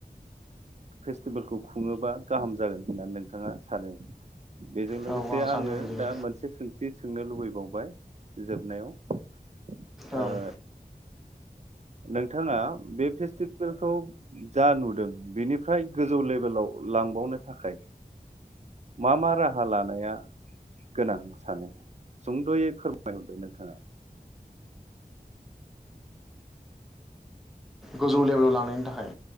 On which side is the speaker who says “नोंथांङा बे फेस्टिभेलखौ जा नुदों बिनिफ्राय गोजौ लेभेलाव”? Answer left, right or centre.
Right